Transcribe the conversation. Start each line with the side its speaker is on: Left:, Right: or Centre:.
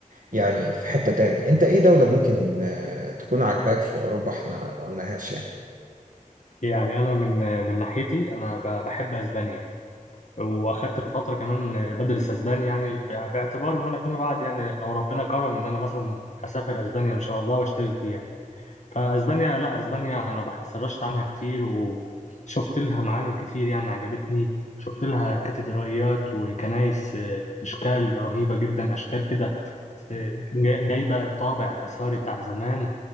Right: يعني في حته تاني انت ايه دوله ممكن آه، تكون عاجباك في اوروبا احنا ما قلناهاش يعني
Left: يعني انا من من ناحيتي انا ب- بحب اسبانيا واخدت فتره كمان بدرس اسباني يعني ب- باعتبار ان انا فيما بعد يعني لو ربنا كرم ان انا مثلا هسافر اسبانيا ان شاء الله واشتغل فيها فاسبانيا لا اسبانيا انا بح- سرشت عنها كتير وشفت لها معالم كتير يعني عجبتني شفت لها كاتدرائيات وكنائس آه، اشكال رهيبه جدا اشكال كده آه، جايبه الطابع الاثري بتاع زمان